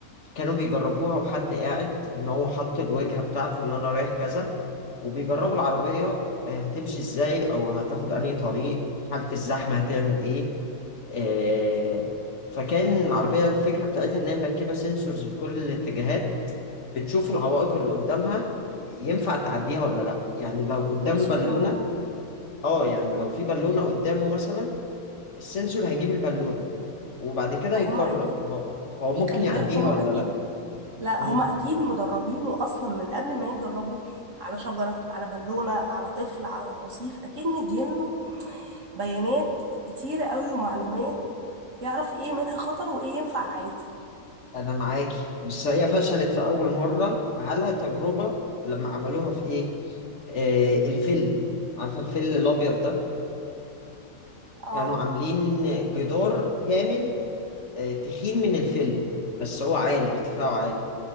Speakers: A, on the left; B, on the right.
A: كانوا بيجربوها وحد قاعد إن هو حط الوجهة بتاعته إن أنا رايح كذا وبيجربوا العربية آه، هتمشي ازاي او هتاخد انهي طريق حالة الزحمة هتعمل ايه آه، فكان العربية الفكرة بتاعتها ان هي مركبة سنسورز في كل الاتجاهات بتشوف العوائق اللي قدامها ينفع تعديها ولا لا يعني لو قدامه
B: ماشي
A: بالونة
B: هما
A: اه يعني لو في بالونة قدامه مثلا السنسور هيجيب البالونة وبعد كده
B: ما
A: يقرر
B: هما أكيد
A: هو هو ممكن
B: خلي
A: يعديها
B: بالك هما
A: ولا
B: أكيد لا
A: لا
B: هما أكيد مدربينه أصلا من قبل ما يجربوا على شجرة على بالونة على طفل على رصيف أكيد مدينله بيانات كتير قوي ومعلومات يعرف ايه منها خطر وايه ينفع عادي
A: انا معاكي بس هي فشلت في اول مره على تجربه لما عملوها في ايه آه الفل عارفه الفل الابيض ده
B: اه
A: كانوا عاملين جدار كامل آه تخين من الفل بس هو عالي ارتفاعه عالي